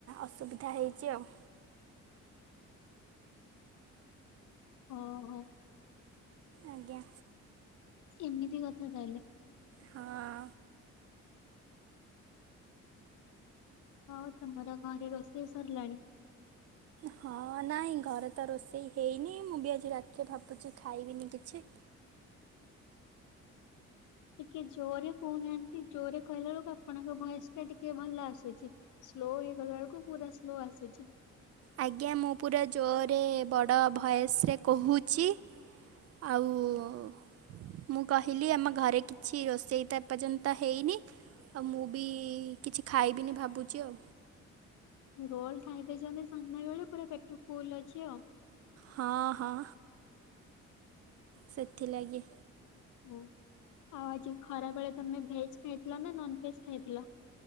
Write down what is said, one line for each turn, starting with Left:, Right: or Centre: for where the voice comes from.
Right: ଅସୁବିଧା ହେଇଚି ଆଉ।
Left: ଓ ହୋ।
Right: ଆଜ୍ଞା।
Left: ଏମିତି କଥା ତାହାଲେ।
Right: ହଁ।
Left: ଆଉ ତୋମର ଘରେ ରୋଷେଇ ସରିଲାଣି?
Right: ହଁ, ନାଇଁ ଘରେ ତ ରୋଷେଇ ହେଇନି ମୁଁ ବି ଆଜି ରାତିରେ ଭାବୁଚି ଖାଇବିନି କିଛି।
Left: ଟିକେ ଜୋରେ କହୁନାହାନ୍ତି ଜୋରେ କହିଲା ବେଳକୁ ଆପଣଙ୍କ ଭଏସ୍ ଟା ଟିକେ ଭଲ ଆସୁଛି। ସ୍ଲୋ ହେଇଗଲା ବେଳକୁ ପୁରା ସ୍ଲୋ ଆସୁଛି।
Right: ଆଜ୍ଞା ମୁଁ ପୁରା ଜୋରରେ ବଡ଼ ଭଏସ୍ ରେ କହୁଛି। ଆଉ ମୁଁ କହିଲି ଆମ ଘରେ କିଛି ରୋଷେଇ ତ ଏପର୍ଯ୍ୟନ୍ତ ହେଇନି। ଆଉ ମୁଁ ବି କିଛି ଖାଇବିନି ଭାବୁଚି ଆଉ।
Left: ରୋଲ୍ ଖାଇଦେଇଛନ୍ତି ସନ୍ଧ୍ୟାବେଳେ ପୁରା ପେଟ ଫୁଲ୍ ଅଛି ଆଉ।
Right: ହଁ, ହଁ। ସେଥିଲାଗି।
Left: ବୋଉ ଆଉ ଆଜି ଖରା ବଳେ ତମେ ଭେଜ୍ ଖାଇଥିଲ ନା ନନଭେଜ୍ ଖାଇଥିଲ?